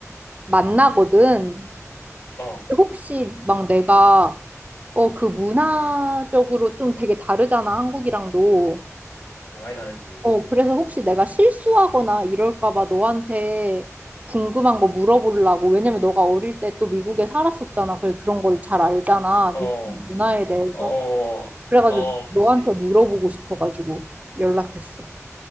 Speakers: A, on the right; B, on the left.
A: 만나거든.
B: 어,
A: 혹시 막 내가 어 그 문화적으로 좀 되게 다르잖아, 한국이랑도.
B: 아, 많이 다르지.
A: 어 그래서 혹시 내가 실수하거나 이럴까 봐 너한테 궁금한 거 물어보려고. 왜냐면 너가 어릴 때 또 미국에 살았었잖아. 그래 그런 걸 잘 알잖아.
B: 어, 어,
A: 미국 문화에 대해서.
B: 어,
A: 그래가지고
B: 어, 그치.
A: 너한테 물어보고 싶어가지고 연락했어.